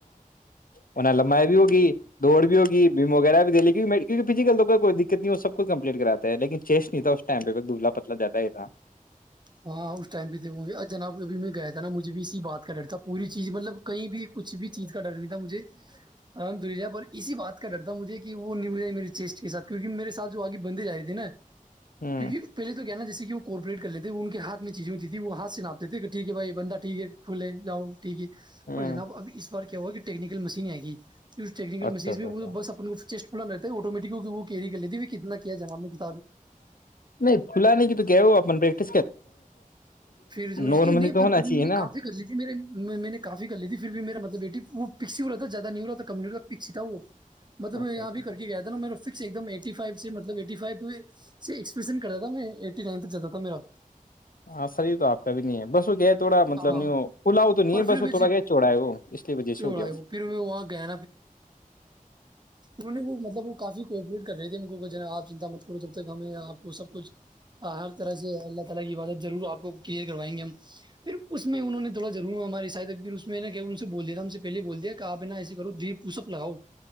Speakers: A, on the left (about 80°); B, on the right (about 30°).
A: انیں لمبائی بھی ہوگی دوڑ بھی ہوگی بھیم وغیرہ بھی دے لے کیک کیونکہ فزیکل تو کوئی دقت نہیں سب کو کمپلیٹ کراتے ہیں لیکن چیسٹ نہیں تھا اسٹائم پہ دبلا پتلا جیادہ ہی تھا
B: ہاں اس ٹائم پہ تھے وہ جناب ابھی میں گیا تھا نا مجھے بھی اسی بات کا ڈر تھا پوری چیز مطلب کہیں بھی کچھ بھی چیز کا ڈر نہیں تھا مجھے پر اسی بات کا ڈر تھا مجھے کہ وہ نہیں ہو میرے چیسٹ کے ساتھ کیہ میرے ساتھ جو آگے بندے جا رہے تھے نا
A: ہوں
B: کیونکہ پہلے تو کیا ہینا جس کہ وہ کارپوریٹ کر لے ان کے ہاتھ میں چیزیں ہوتی تھی وہ ہات سے ناپتے تھے کہ ٹھ ہے بھائی بندہ ٹھیک ہے کھے جاؤ ٹھیک ہے
A: ہوں
B: پر جناب اب اس بار کہ وہ کہ ٹیکنیکل مشین ہےی ٹیکنیکل
A: اچھا
B: مشینز
A: اچھا
B: میں وہ
A: اچھا
B: بس اپ کو چیسٹ رہتا ہے آٹومیٹک وہ کیری کر لیتیت کیا جناب نے ک
A: نہیں کھلا نہیں کی تو کہ اپیکٹ
B: پھر نہیں
A: نارملی تو
B: پھرھر
A: ہونا
B: میں
A: چاہیے
B: نے
A: نا
B: کافی کر لی تھی میں نے کافی کر لی تھی پھر بھی میرا مطلب بیٹی وہ پکسی ہو رہا تھا زیادہ نہیں ہو رہا تھا کم نہیں رہتا پکسی تھا وہ مطلب
A: اچھا
B: میں یہاں
A: اچھا
B: بھی کر کے گیا تھا نا میر فکس ایک دم ای ف سے مطلب ای فو سےپرین کرتا تھا میں ای نائن تک جاتا تھا میرا
A: ہاں فری تو آپ کا بھی نہیں ہے بس وہ گیا تھوڑا مطلب
B: ہاں
A: نہیں پلا وہ تو نہیں
B: پر
A: ہے
B: پھر
A: بس وہ
B: بھی
A: تھوڑا گیا چوڑا ہے وہ اس لیے وجہ
B: چھوڑا
A: سے ہو گیا
B: ہے
A: وہ
B: پھر میں وہاں گیا ان مطلب وہ کافی کپریٹ کر رہے تھے ان آپ چنتا مت کرو جب تک ہمیں آ کو سب کچھ ہر طرح سے الگ کی باتت ضر آپ کو کئ کروائیں گے ہم پھر اس میں انہ نے تھوڑا ضرور ہماراری ساید پھر اس ان سے بول دیا تھا ہم سے پہلے بول دیا کہپ نا ایے کرو پپ لگاؤ